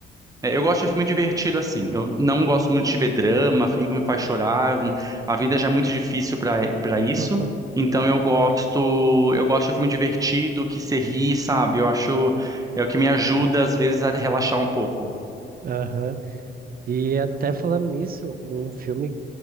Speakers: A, on the right; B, on the right.
A: É, eu gosto de filme divertido assim. Eu não gosto muito de ver drama, filme que me faz chorar. A vida já é muito difícil para para isso.
B: <laughs>
A: Então eu gosto, eu gosto de filme divertido, que se ri, sabe? Eu acho é o que me ajuda às vezes a relaxar um pouco.
B: Aham. E até falando nisso, um filme